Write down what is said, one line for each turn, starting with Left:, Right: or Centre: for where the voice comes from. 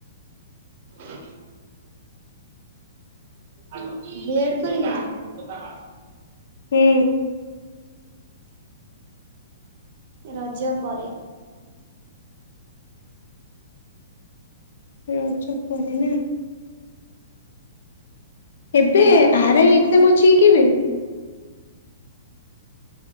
Right: <unintelligible> <inaudible>
Left: ହୁଁ।
Right: ରଜ ପରେ
Left: ରଜ ପରେ ନାଁ ଏବେ ଆରାଇ ଏକ୍ଜାମ ଅଛି କି କେବେ?